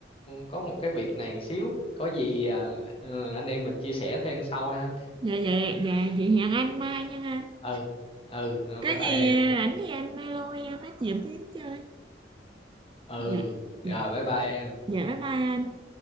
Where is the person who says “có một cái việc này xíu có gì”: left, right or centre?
Left